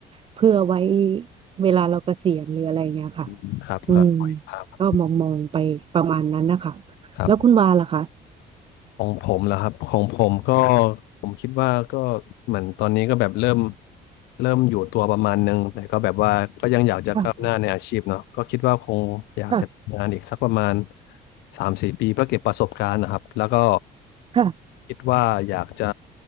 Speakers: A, on the right (about 30°); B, on the left (about 85°).
A: เพื่อไว้เวลาเราเกษียณหรืออะไรอย่างเงี้ยค่ะ
B: อืมครับครับ
A: อืม ก็มองมองไปประมาณนั้นนะคะ
B: ครับ
A: แล้วคุณวาล่ะคะ
B: ของผมเหรอครับของผมก็ผมคิดว่าก็เหมือนตอนนี้ก็แบบเริ่มเริ่มอยู่ตัวประมาณนึงแต่ก็แบบว่าก็ยังอยากจะก้าวหน้าในอาชีพเนาะก็คิดว่าคงอยากจะทำงานอีกสักประมาณ
A: ค่ะค่ะ
B: สามสี่ปีเพื่อเก็บประสบการณ์นะครับแล้วก็
A: ค่ะ
B: คิดว่าอยากจะ